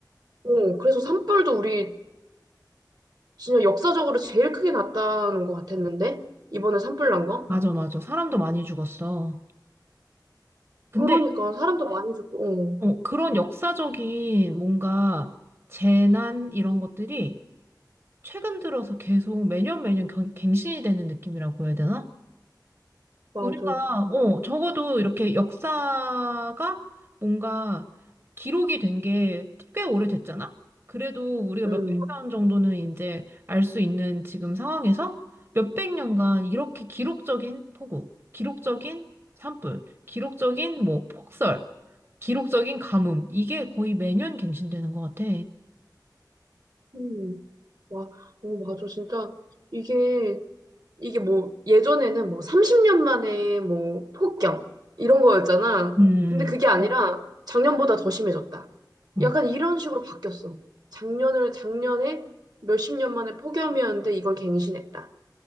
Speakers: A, on the right; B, on the right.
A: 어, 그래서 산불도 우리 진짜 역사적으로 제일 크게 났다는 것 같았는데? 이번에 산불 난 거?
B: 맞아, 맞아. 사람도 많이 죽었어. 근데
A: 그러니까 사람도 많이 죽고, 어,
B: 어, 그런 역사적인 뭔가 재난 이런 것들이 최근 들어서 계속 매년 매년 경- 갱신이 되는 느낌이라고 해야 되나?
A: 맞아.
B: 우리가, 어, 적어도 이렇게 역사가 뭔가 기록이 된 게 꽤 오래됐잖아? 그래도 우리가
A: 음,
B: 몇백 년 정도는 이제 알 수 있는 지금 상황에서 몇백 년간 이렇게 기록적인 폭우, 기록적인 산불, 기록적인 뭐 폭설, 기록적인 가뭄, 이게 거의 매년 갱신되는 것 같아.
A: 음. 와, 어, 맞아. 진짜 이게, 이게 뭐 예전에는 뭐 30년 만에 뭐 폭염 이런 거였잖아.
B: 음,
A: 근데 그게 아니라 작년보다 더 심해졌다.
B: 어,
A: 약간 이런 식으로 바뀌었어. 작년을, 작년에 몇십 년 만에 폭염이었는데 이걸 갱신했다.